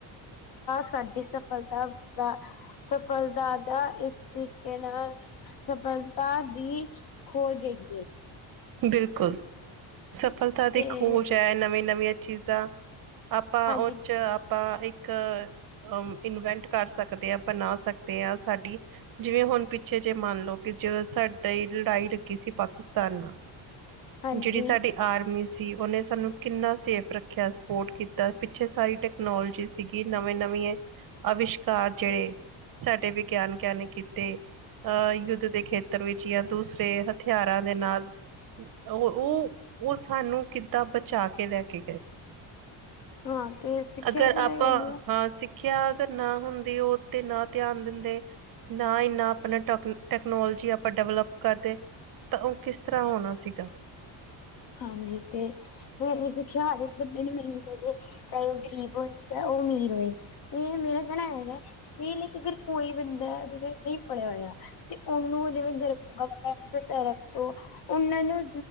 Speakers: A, on the left; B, on the right.
A: ਸਾਡੀ ਸਫਲਤਾ ਸਫਲਤਾ ਦਾ ਇੱਕ ਤਰੀਕੇ ਨਾਲ ਸਫਲਤਾ ਦੀ ਖੋਜ ਹੈਗੀ ਏ।
B: ਬਿਲਕੁਲ, ਸਫਲਤਾ ਦੀ
A: ਤੇ
B: ਖੋਜ ਐ, ਨਵੀਆਂ-ਨਵੀਆਂ ਚੀਜ਼ਾਂ ਆਪਾਂ
A: ਹਾਂਜੀ
B: ਓ 'ਚ ਆਪਾਂ ਇੱਕ ਅ ਇਨਵੈਂਟ ਕਰ ਸਕਦੇ ਆਂ ਬਣਾ ਸਕਦੇ ਆ ਸਾਡੀ ਜਿਵੇਂ ਹੁਨ ਪਿੱਛੇ ਜੇ ਮੰਨ ਲਓ, ਕਿ ਜ ਸਾਡੀ ਲੜਾਈ ਲੱਗੀ ਸੀ ਪਾਕਿਸਤਾਨ ਨਾਲ
A: ਹਾਂਜੀ
B: ਜੇੜੀ ਸਾਡੀ ਆਰਮੀ ਸੀ, ਓਨੇ ਸਾਨੂੰ ਕਿੰਨਾ ਸੇਫ ਰੱਖੇਆ, ਸਪੋਟ ਕੀਤਾ, ਪਿਛੇ ਸਾਰੀ ਟੈ ਟਕਨੋਲਜੀ ਸੀਗੀ ਨਵੇਂ ਨਵੀ ਅਵਿਸ਼ਕਾਰ ਜੇਹੜੇ ਸਾਡੇ ਵੀਗੇਆਨਕਾਂ ਨੇ ਕੀਤੇ। ਅ, ਯੁੱਧ ਦੇ ਖੇਤਰ ਵਿੱਚ ਜਾਂ ਦੂਸਰੇ ਹਥੇਆਰਾਂ ਦੇ ਨਾਲ ਓ- ਓ, ਸਾਨੂੰ ਕਿੱਦਾਂ ਬਚਾ ਕੇ ਲੈ ਕੇ ਗਏ?
A: ਹਾਂ ਤੇ ਸਿੱਖਿਆ
B: ਅਗਰ,
A: ਤੇ
B: ਆਪਾਂ
A: ਮੈਂ ਕਹਿੰਦੀ ਆ
B: ਹਾਂ ਸਿੱ ਸਿੱਖੇਆ ਅਗਰ ਨਾ ਹੁੰਦੀ ਓ ਤੇ ਨਾ ਧੇਆਨ ਦੇਂਦੇ ਨਾ ਇੰਨਾ, ਆਪਨਾ ਟਕ ਟਕਨੋਲਜੀ ਆਪਾਂ ਡੈਵਲਪ ਕਰਦੇ ਤਾਂ, ਓ ਕਿਸ ਤਰਾਂ ਹੋਨਾ ਸੀ ਸੀਗਾ।
A: ਹਾਂਜੀ, ਤੇ <unintelligible> ਸਿੱਖੇਆ ਹਰ ਇੱਕ ਬੰਦੇ ਨੂੰ ਮਿਲਨੀ ਚਾਈਦੀ ਐ, ਚਾਏ ਓ ਗਰੀਬ ਹੋਏ। ਚਾਏ ਓ, ਅਮੀਰ ਹੋਏ ਤੇ ਮੇਰਾ ਕੇਣਾ ਹੈਗਾ। ਏ ਨਈ ਕਿ, ਅਗਰ ਕੋਈ ਬੰਦਾ ਜਿਵੇਂ ਨਈਂ ਪੜੇਆ ਹੋਏਆ ਤੇ ਓਨੂੰ ਜਿਵੇਂ ਗਵਰਮੈਂਟ ਦੀ ਤਰਫ ਤੋਂ ਓਨਾਂ ਨੂੰ